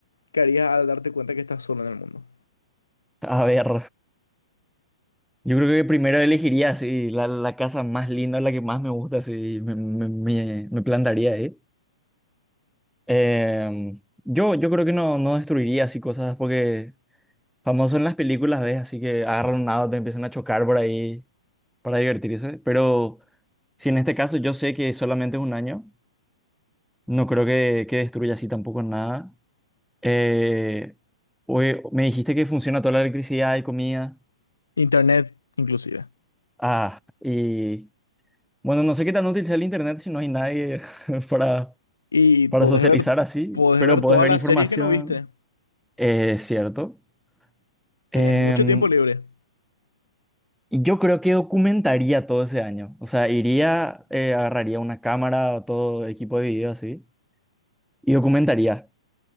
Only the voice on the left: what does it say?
que harías al darte cuenta que estás solo en el mundo?
Internet, inclusive.
Y
podés
ver,
podés
ver
todas
las
series que no viste.
Tenés
mucho tiempo libre.